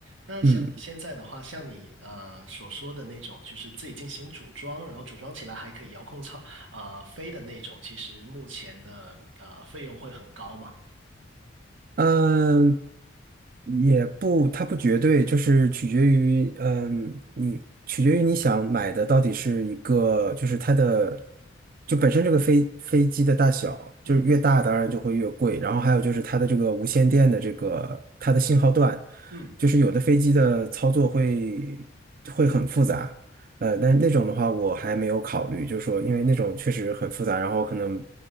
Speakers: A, on the right; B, on the right.
A: 那像你现在的话，
B: 嗯。
A: 像你呃所说的那种，就是自己进行组装，然后组装起来还可以遥控操啊、呃飞的那种，其实目前的呃费用会很高嘛？
B: 嗯，也不，它不绝对，就是取决于，嗯，你取决于你想买的到底是一个，就是它的，就本身这个飞飞机的大小，就是越大当然就会越贵，
A: 嗯
B: 然后还有就是它的这个无线电的这个它的信号段，
A: 嗯。
B: 就是有的飞机的操作会会很复杂，呃，但是那种的话我还没有考虑，就是说因为那种确实很复杂，然后可能